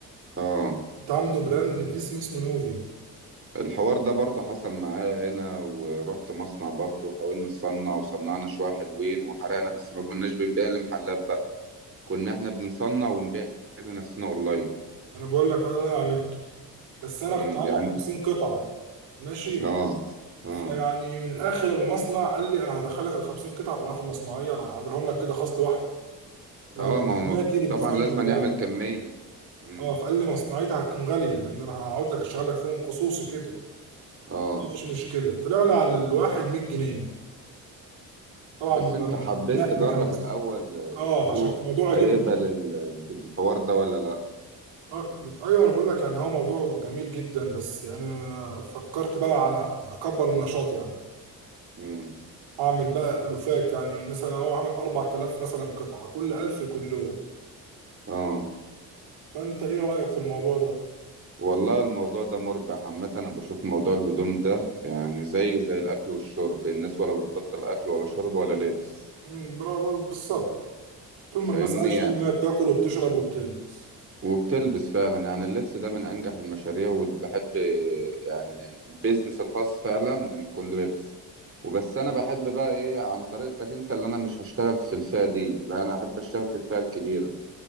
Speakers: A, on the right; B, on the right.
A: اه.
B: كنت عامله براند باسم اسمه نوفي
A: الحوار ده برضه حصل معايا هنا ورحت مصنع برضه وحاولنا نصنع وصنعنا شوية حلوين وحرقنا بس ما كناش بنبيع لمحلات بقى كنا احنا بنصنع ونبيع لنفسنا اونلاين
B: انا بقول لك انا اللي انا عملته بس انا
A: امم
B: كنت عامل
A: يعني
B: 50 قطعه ماشي
A: اه اه
B: فيعني من الاخر المصنع قال لي انا هدخلك ال 50 قطعه فانا هاخد مصنعيه انا هعملهم لك كده خاص لوحدك ما
A: اه
B: هو برسوماتي
A: ما هو ما-
B: بالديزاين
A: طبعا لازم
B: بتاعه
A: نعمل كمية امم
B: اه فقال لي مصنعيتها هتكون غاليه لان انا هقعد لك اشتغل لك فيهم خصوصي كده
A: اه
B: مفيش مشكله طلع لي على الواحد 100 جنيه طبعا
A: بس
B: ب-
A: انت حبيت
B: بالنقل
A: تجرب
B: كان
A: الاول السوق
B: اه عشان الموضوع عجبني
A: هيقبل ال- بالحوار ده ولا لا
B: اه بت- ايوه انا بقول لك يعني هو موضوع جميل جدا بس انا فكرت بقى على اكبر النشاط يعني
A: امم
B: اعمل بقى الوفات يعني مثلا اهو عامل 4000 مثلا قطعه كل 1000 كله
A: اه
B: فانت ايه رايك في الموضوع ده
A: والله الموضوع ده مربح عامة انا بشوف موضوع الهدوم ده يعني زيه زي الاكل والشرب الناس ولا بتبطل اكل ولا شرب ولا لبس
B: امم برافو بالظبط طول
A: فاهمني
B: ما الناس عايشه طول ما هي بتاكل وبتشرب وبتلبس
A: وبتلبس فعلا يعني اللبس ده من انجح المشاريع واللي بحب يعني بيزنس الخاص فعلا يكون لبس وبس انا بحب بقى ايه عن طريقتك انت اللي انا مش هشتغل في الفئة دي لا انا احب اشتغل في الفئة الكبيرة